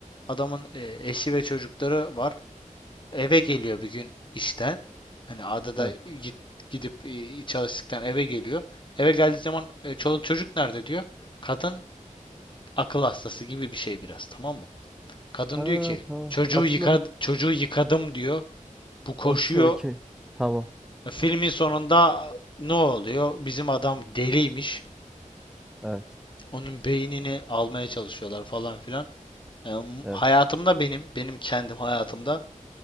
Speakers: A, on the left; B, in the centre.
A: Adamın e, eşi ve çocukları var. Eve geliyor bir gün işten. Hani adada
B: Evet.
A: git, gidip e, çalıştıktan eve geliyor. Eve geldiği zaman e, çoluk çocuk nerede diyor. Kadın akıl hastası gibi bir şey biraz tamam mı? Kadın
B: Ha
A: diyor ki
B: tamam
A: çocuğu
B: hatırladım.
A: yıka, çocuğu yıkadım diyor. Bu koşuyor.
B: Okey, okey. Tamam.
A: Filmin sonunda ne oluyor? Bizim adam deliymiş.
B: Evet,
A: Onun beynini almaya çalışıyorlar falan filan. E,
B: evet.
A: hayatımda benim, benim kendim hayatımda